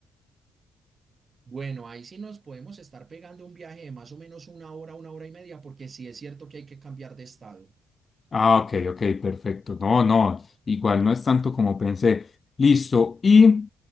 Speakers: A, on the right; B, on the left.
A: Bueno, ahí sí nos podemos estar pegando un viaje de más o menos una hora, una hora y media, porque sí es cierto que hay que cambiar de estado.
B: Ah, ok, ok, perfecto. No, no, igual no es tanto como pensé. Listo. Y,